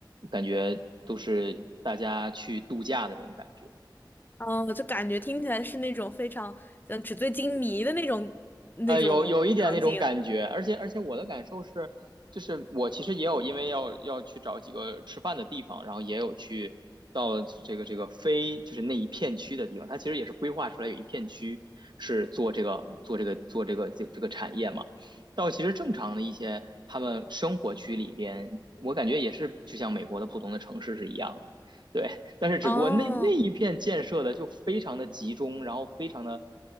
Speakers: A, on the right; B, on the left.
A: 感觉，都是大家去度假的这种感觉。
B: 嗯，就感觉听起来是那种非常嗯纸醉金迷的那种那种场景。
A: 呃，有有一点那种感觉，而且而且我的感受是，就是我其实也有因为要要去找几个吃饭的地方，然后也有去到了这个这个非就是那一片区的地方，它其实也是规划出来有一片区是做这个做这个做这个这这个产业嘛。到其实正常的一些他们生活区里边，我感觉也是就像美国的普通的城市是一样的，对。但是只不过那那一片建设的就非常的集中，
B: 哦，
A: 然后非常的